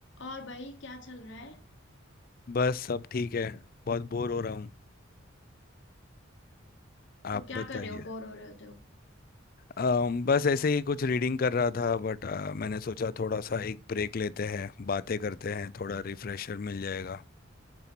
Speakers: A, on the left; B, on the left.
A: और भाई क्या चल रहा है
B: बस सब ठीक है बहुत बोर हो रहा हूँ आप
A: तो क्या
B: बताइए
A: कर रहे हो बोर हो रहे होते हो
B: अम, बस ऐसे ही कुछ रीडिंग कर रहा था बट मैंने सोचा थोड़ा सा एक ब्रेक लेते हैं बातें करते हैं थोड़ा रिफ्रेशर मिल जाएगा